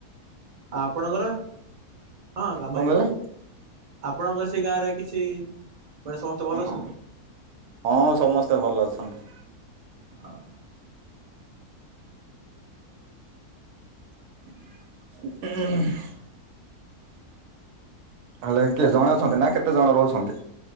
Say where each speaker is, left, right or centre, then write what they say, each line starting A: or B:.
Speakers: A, on the right; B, on the right.
A: ଆପଣଙ୍କର ହଁ କାମ
B: କଣ
A: ହେଇଗଲା।
B: କହିଲେ?
A: ଆପଣଙ୍କର ସେଇ ଗାଁରେ କିଛି ମାନେ ସମସ୍ତେ ଭଲ
B: ଓ ହଁ
A: ଅଛନ୍ତି?
B: ହଁ ସମସ୍ତେ ଭଲ ଅଛନ୍ତି।
A: ହଁ
B: <unintelligible> ହେଲେ କିଏ ଜଣେ ଅଛନ୍ତି ନା କେତେ ଜଣ ରହୁଛନ୍ତି?